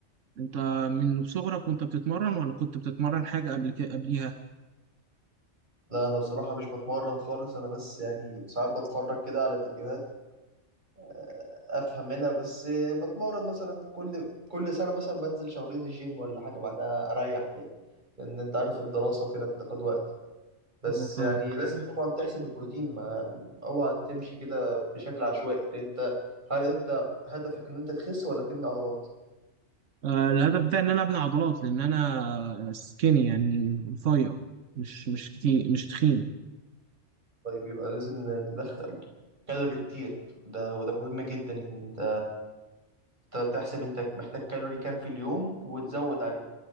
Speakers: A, on the right; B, on the right.
A: انت من صغرك وانت بتتمرن ولا كنت بتتمرن حاجه قبل كده قبليها
B: لا انا بصراحه مش بتمرن خالص انا بس يعني ساعات بتفرج كده على فيديوهات آه، افهم منها بس آه، بتمرن مثلا كل كل سنه مثلا بنزل شهرين الجيم ولا حاجه بعدها اريح كده لان انت عارف الدراسه وكده بتاخد وقت بس
A: اه فاهم
B: يعني لازم ماشي طبعا تحسب البروتين ما اوعى تمشي كده بشكل عشوائي لان انت هل انت هدفك ان انت تخس ولا تبني عضلات
A: آه الهدف بتاعي ان انا ابني عضلات لان انا سكيني يعني رفيع مش مش كتير مش تخين
B: طيب يبقى لازم تدخل كالوري كتير وده وده مهم جدا يعني انت ت- تحسب انت محتاج كالوري كام في اليوم وتزود عليه